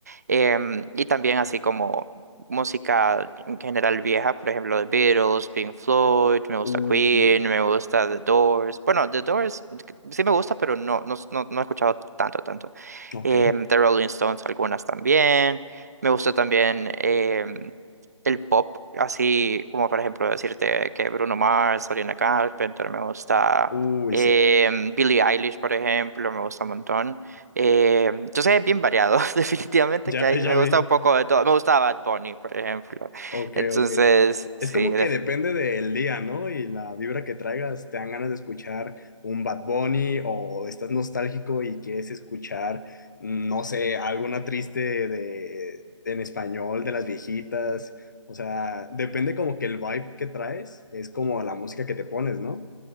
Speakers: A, on the right; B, on the left.
A: Em, y también así como música en general vieja, por ejemplo, The Beatles, Pink Floyd, me gusta
B: uy,
A: Queen, me gusta The Doors. Bueno, The Doors c- sí me gusta, pero no, no, no, no he escuchado tanto, tanto.
B: ok,
A: Em, The Rolling Stones, algunas también. Me gusta también. em, el pop, así como por ejemplo decirte que Bruno Mars, Sabrina Carpenter, me gusta
B: uy,
A: eh,
B: sí,
A: Billie Eilish, por ejemplo, me gusta un montón. Eh, entonces es bien variado, <laughs> definitivamente
B: ya,
A: que hay- me
B: ya
A: gusta
B: vi,
A: un poco de todo. Me gusta Bad Bunny, por ejemplo.
B: <laughs> ok,
A: Entonces,
B: ok. Es
A: sí,
B: como
A: def-
B: que depende del día, ¿no? Y la vibra que traigas, te dan ganas de escuchar un Bad Bunny o estás nostálgico y quieres escuchar, mm, no sé, alguna triste de, en español de las viejitas, o sea, depende como que el vibe que traes, es como la música que te pones, ¿no?